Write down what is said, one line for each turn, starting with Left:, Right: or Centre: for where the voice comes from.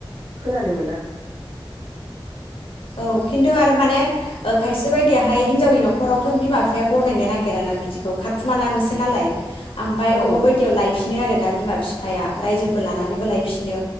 Right: खोनानो मोना
Left: औ खिन्थु आरो माने ओ खायसे बायदियाहाय हिनजावनि न'खरावथ' बिमा बिफाया गनायनो नागिराना बिदिखौ खारखुमालाङोसो नालाय ओमफाय
Right: औ
Left: अबेबेबा बायदियाव लायफिनो आरोना बिमा बिफाया रायजोफोर लानानैबो लायफिनो